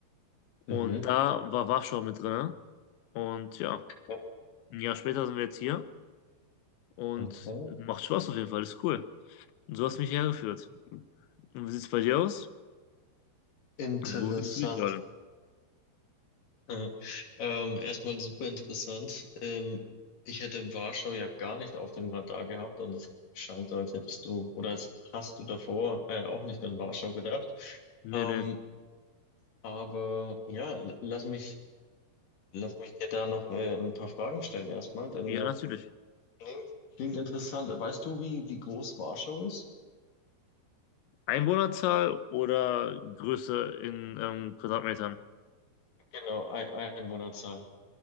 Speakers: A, on the left; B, on the left.
A: Und
B: Mhm.
A: da war Warschau mit drin. Und ja,
B: Ja.
A: ein Jahr später sind wir jetzt hier und
B: Okay.
A: macht Spaß auf jeden Fall, ist cool. Und so hast du mich hergeführt. Und wie sieht's bei dir aus?
B: Interessant.
A: Wo findest du dich gerade?
B: Aha. Ähm, erstmal super interessant. Ähm, ich hätte Warschau ja gar nicht auf dem Radar gehabt und es scheint so, als hättest du oder als hast du davor äh, auch nicht an Warschau gedacht.
A: Nee,
B: Ähm,
A: nee.
B: aber ja, l- lass mich, lass mich dir da noch äh, ein paar Fragen stellen erstmal, denn
A: Ja,
B: äh,
A: natürlich.
B: klingt, klingt interessant. Weißt du, wie, wie groß Warschau ist?
A: Einwohnerzahl oder Größe in ähm, Quadratmetern?
B: Genau, Ei- Einwohnerzahl.